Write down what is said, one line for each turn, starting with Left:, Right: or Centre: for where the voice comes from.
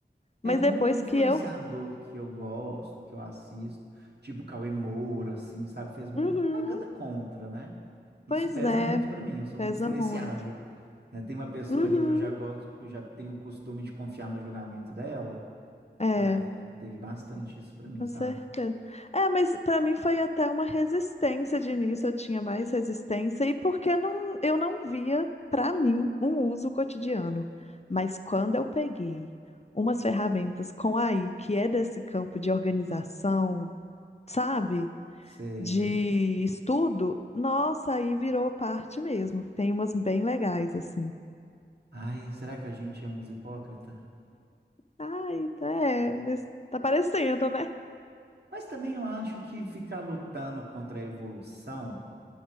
Left: Mas
Right: É muito
Left: depois
Right: influenciador
Left: que eu,
Right: que eu gosto, que eu assisto, tipo Cauê Moura, assim, sabe? Fez muita
Left: uhum,
Right: propaganda contra, né? Isso
Left: pois
Right: pesa
Left: é,
Right: muito para mim, eu sou
Left: pesa
Right: muito <laughs> influenciável,
Left: muito.
Right: né? Tem uma pessoa
Left: Uhum,
Right: ali que eu já gosto, que eu já tenho o costume de confiar no julgamento dela,
Left: é.
Right: e aí teve bastante isso para mim,
Left: Com
Right: sabe?
Left: certeza. É, mas para mim foi até uma resistência de início, eu tinha mais resistência, e porque não, eu não via, para mim, um uso cotidiano. Mas quando eu peguei umas ferramentas com AI, que é desse campo de organização, sabe,
Right: Sei.
Left: de estudo, nossa, aí virou parte mesmo. Tem umas bem legais, assim.
Right: Ai, será que a gente é uns hipócrita?
Left: Ai, tá, é, nesse- tá parecendo, né?
Right: Mas também eu acho que ficar lutando contra a evolução